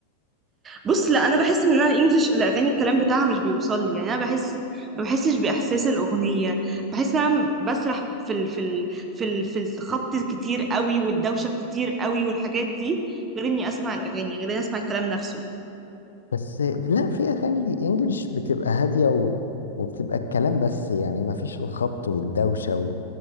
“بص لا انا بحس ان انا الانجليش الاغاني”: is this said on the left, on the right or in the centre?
Right